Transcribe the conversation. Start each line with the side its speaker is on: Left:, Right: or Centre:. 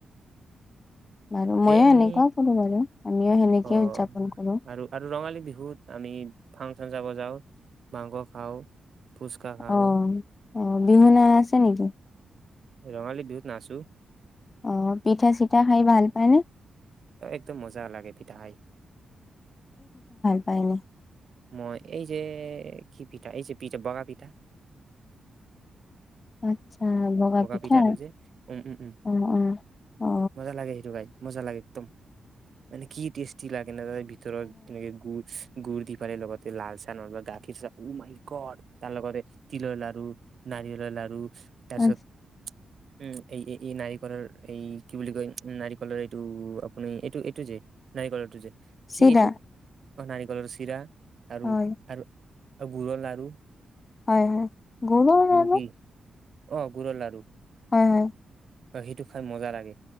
Left: বাৰু,
Right: সেই
Left: ময়ো
Right: আমি
Left: এনেকুৱাও কৰো বাৰু। আমিও সেনেকে
Right: অ
Left: উদযাপন কৰো।
Right: আৰু আৰু ৰঙালী বিহুত আমি ফাংচন যাব যাও, মাংস খাও। ফুচকা খাও।
Left: অ অ বিহু নায়া আছে নেকি?
Right: ৰঙালী বিহুত নাচো।
Left: অ' পিঠা চিঠা খায় ভাল পায় নে?
Right: একদম মজা লাগে পিঠা খায়।
Left: আয় নে?
Right: মই। এই যে' কি পিঠা। এই যে, পিঠা বগা পিঠা।
Left: আট্ছা। বগা পিঠা!
Right: পিঠাটো যে উম উম উম
Left: অ'অ, অ' অ
Right: মজা লাগে সেইটো খাই মজা লাগে একদম! মানে কি টেষ্টি লাগে ন তাৰ ভিতৰত কেনেকে গুড় গুড় দি তাৰে লগতে লাল চাহ নহলেবা গাখীৰ চাহ অহ্‌ মাই গড্‌! তাৰ লগতে তিলৰ লাড়ু নাৰিয়লৰ লাড়ু তাৰপিছত
Left: অ
Right: উম' এই এই এই নাৰিকলৰ- এই কি বুলি কয়? উম্‌ নাৰিকলৰ এইটো- আপুনি এইটো-এইটো যে নাৰিকলৰটো যে! কি
Left: চিৰা
Right: এইটো অ' নাৰিকলৰ চিৰা আৰু
Left: হয়,
Right: আৰু আৰু গুৰৰ লাড়ু
Left: হয় হয় গুৰৰ লাড়ু?
Right: কি অ' গুৰৰ লাড়ু।
Left: হয় হয়।
Right: অ' সেইটো খাই মজা লাগে।